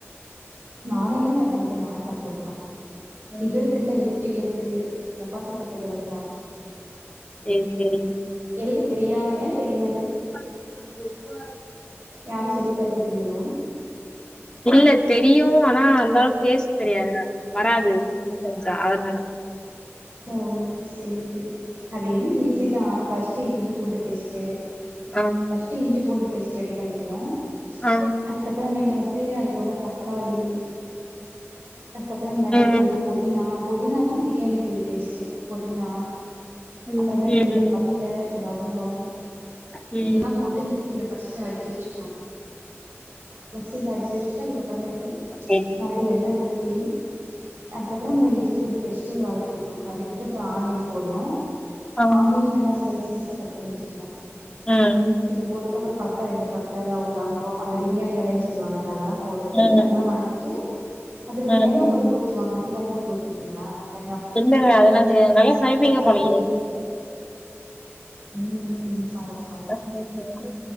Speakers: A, on the right (about 55°); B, on the left (about 20°).
A: நானே தா கத்துக்கிட்டே யார் கத்துக் குடுப்பா
B: ம்.
A: இது இருக்குல யூட்யூப் இருக் கே அத பாத்து கத்துக்கிறதுதா
B: சேரி சேரிங்
A: வீட்டுக்கு தெரியாதா தெரியாது
B: <unintelligible>
A: யாரு சொல்லி தரதுக்கு இல்லையா
B: இல்ல தெரியு ஆ ஆ அந்த அளவுக்கு ஸ்டேஸ்ட் தெரியாதுல வராது ம் சேரிங்க த அதனால
A: ஓ சேரி செரி அது இன்னு ஈஸி தா ஃபஸ் ட்டு இஞ்சி பூண்டு பேஸ்ட்டு
B: ஆ.
A: ஃபஸ்ட்டு இஞ்சு பூண்டு பேஸ்ட் ரெடி பண்ணிக்கனு
B: ஆ.
A: அதுக்கப்பற மேலும் வந்து அது கூட தக்காளி அதுக்கப்ற இந்த மாதிரி
B: ம்.
A: போட்டு பொதினா புதினாதா பிரியாணிக்கி டேஸ்ட்டே புதினா
B: ம்.
A: அப்பறமேலு
B: ம்.
A: ரெண்டு
B: ம்.
A: பட்ட லவங்கொ
B: ம்.
A: இதெல்லா போட்டு மிக்சில ஃபஸ்ட்டு அடிச்சு வச்சுக்னு மிக்சில அடிச்சு வச்சுட்டு அதுக்கப்பறமேலு
B: சரி.
A: மறுப்டி எண்ண ஊத்தி அதுக்கப்பற இந்த இஞ்சி பூண்டு பேஸ்ட்டு வதக் கிறனு வதக்கிட்டு அப்ற ஆனியன் போடணு
B: ஆ.
A: ஆனியன் நல்லா ஸ்லைஸ் ஸ்லைஸ்சா கட் பண்ணி வச்சுக்கணு
B: ம். ம்.
A: இத போட்டுட்டு அப்பற பட்ட ரெண்டு பட்ட ர லவங்கம் அந்த பிரியாணி எலன்னு சொல்லுவாங்கள அதெல்லாம் போட்டுட்டு
B: ம்.
A: நல்லா வணக்கிட்டு அதுல
B: ம்.
A: தேங்கா
B: ம்.
A: பால் ஊத்துவாங்கலி நீங்க அந்த மாரி குடுத்துருக்கீங்களா பே
B: என்னங்க அதெல்லா தெரியாது நல்லா சமைப்பீங்க
A: தக்காளி
B: போலயே
A: ம் ம் சாரி சாரி
B: நல்லா சமைப்பீங்க